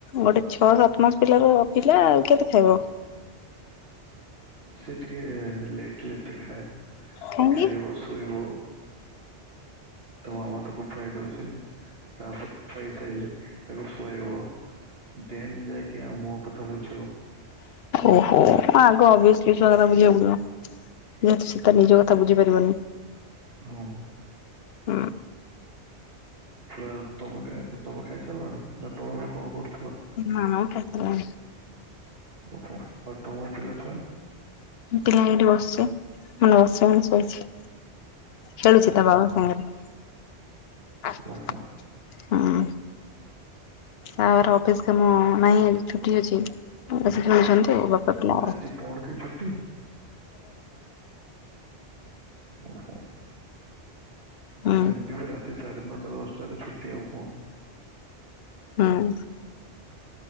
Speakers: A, on the left; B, on the right.
A: ଗୋଟେ ଛଅ ସାତମାସ ପିଲାର ପିଲା ଆଉ କେତେ ଖାଇବ?
B: ସେ ଟିକେ ଲେଟ୍ ଲେଟ୍ ରେ ଖାଏ
A: କାହିଁକି?
B: ସେ ଖାଇବ ଶୋଇବ। ତ ମାମା ତାକୁ ଖୁଆଇ ଦଉଛି ତା ପା ଖାଇସାଇଲେ। ତାକୁ ଶୁଆଇବ ଦେନ୍ ଯାଇକି ଆଉ ମୋ କଥା ବୁଝିବ।
A: ଓହୋ ଆଗ ଓବିଓସ୍ଲି ଛୁଆ କଥା ବୁଝିବାକୁ ପଡିବ। ଯେହେତୁ ସେ ତା ନିଜ କଥା ବୁଝି ପାରିବନି।
B: ହଁଉ।
A: ହୁଁ
B: ତମେ ତମେ ଖାଇସାରିଲଣି ନା ତମେ ବି କଣ କରୁଥିଲ?
A: ନାମ କ୍ଷେତ୍ର।
B: ଓହୋ ଆଉ ତମ ପିଲା ଛୁଆ?
A: ପିଲା ଏଠି ବସଛି ମନେ ବସିଛି ମୁଁ ଶୋଇଛି। ଖେଳୁଛି ତା ବାବା ସାଙ୍ଗରେ ଆ
B: ଓହୋ
A: ହୁଁ। ତା ବାବା ର ଅଫିସ କାମ ନାହିଁ ଆଜି ଛୁଟି ଅଛି ବସିକି ଖେଳୁଛନ୍ତି ଆଉ ବାପା ଲା
B: ଆଜି
A: ଆଉ <inaudible>
B: କଣ କି ଛୁଟି ହୁଁ ହୁଁ।
A: ହୁଁ
B: ସେମିତି ବି ରାତି ସାଢେ ନଅଟା ଦଶଟାରେ ଛୁଟି ହବ।
A: ହୁଁ।